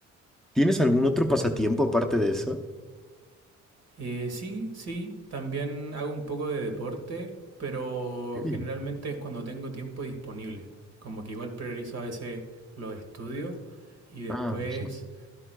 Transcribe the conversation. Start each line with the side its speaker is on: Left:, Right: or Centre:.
Centre: ¿Tienes algún otro pasatiempo aparte de eso?
Right: Eh, sí, sí, también hago un poco de deporte, pero
Centre: Sí.
Right: generalmente es cuando tengo tiempo disponible. Como que igual priorizo a veces los estudios y después
Centre: Ah, sí.